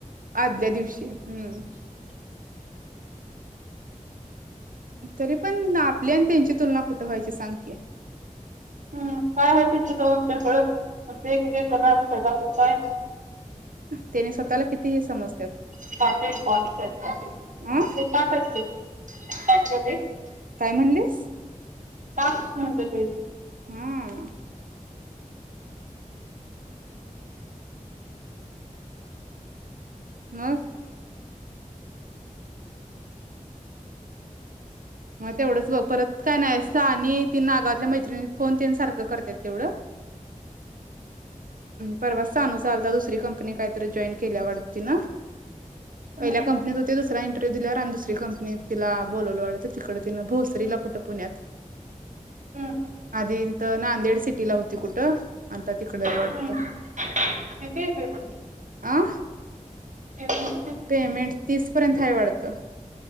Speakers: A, on the right (about 80°); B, on the right (about 65°).
A: आदल्या दिवशी हम्म तरी पण आपली आणि त्यांची तुलना कुठ व्हायची सांग की.
B: काय हाय तेच्या जवळ ढेकळं. नुसतं एक एक एकर रानाचं हाय बाकीच काय
A: त्यांनी स्वतःला किती हे समज
B: <unintelligible>
A: अ
B: <unintelligible>
A: काय म्हणलीस?
B: टाक म्हणलं तेच.
A: हां मग मग तेवढंच बग परत काय नाही. सानी आणि ती नागावातल्या मैत्रिणी फोन तन सारखं करतेात तेवढं. परवा सांनू चालता दुसरी कंपनी काहीतरी जॉईन केल्या वाटत तिनं.
B: हम्म
A: पहिल्या कंपनीत होती दुसऱरा इंटरव्ह्यू दिल्यावर आणि दुसरी कंपनीत तिला बोलवलं वाटत तिकड तिनं भोसरीला कुठ पुण्यात.
B: हम्म
A: आधी तिथं नांदेड सिटीला होती कुठं आता तिकडय वाटत.
B: हम्म <unintelligible>
A: अ
B: पेमेंट किती
A: पेमेंट तीस पर्यंत हाय वाटत.